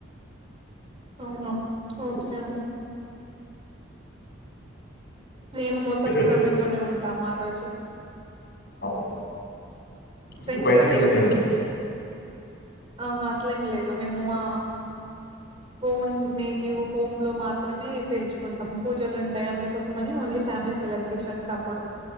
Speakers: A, on the right (about 25°); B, on the left (about 50°).
A: అవునా ఓకే అండి నేను మొత్తం
B: మీరు
A: ఫ్యామిలీతోనే ఉంటాము ఆ రోజు
B: అవును ఎందుకు
A: ఫ్రెండ్స్
B: బయటికి
A: తో
B: వెళ్ళనివ్వరా
A: నెక్స్ట్ డే ఆహా అట్లేమి లేదు మేము మా ఒన్ నేటి హోమ్ లో మాత్రమే పేల్చుకుంటాం పూజలు ఉంటాయి అందుకోసమని ఓన్లీ ఫ్యామీలీ సెలబ్రేషన్స్ అప్పు